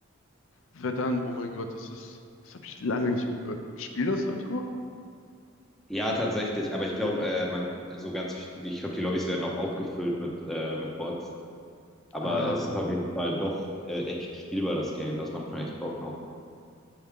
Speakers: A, on the left (about 75°); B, in the centre.
A: Verdun, oh mein Gott, das ist, das habe ich lange nicht mehr gehört. Spielen das Leute noch?
B: Ja, tatsächlich, aber ich glaube, äh, man, so ganz, viel- ich glaube, die Lobbys werden auch aufgefüllt mit, äh, mit Bots. Aber
A: Ah,
B: es ist auf jeden Fall doch äh, echt spielbar, das Game. Das macht schon echt Bock noch.